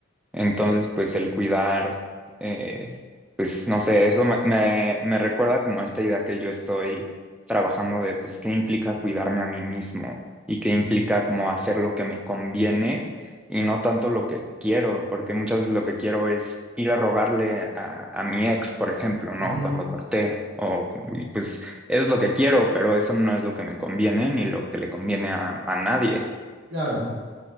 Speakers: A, in the centre; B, on the right.
A: entonces, pues el cuidar, eh, pues no sé, eso me, me, me recuerda como a esta idea que yo estoy trabajando de, pues, qué implica cuidarme a mí mismo y qué implica
B: ujú.
A: como hacer lo que me conviene y no tanto lo que quiero, porque muchas veces lo que quiero es ir a rogarle a, a mi ex, por ejemplo, ¿no?
B: Ujú,
A: Cuando corté, o y pues es lo que quiero, pero eso no es lo que me conviene ni lo que le conviene a, a nadie.
B: Claro,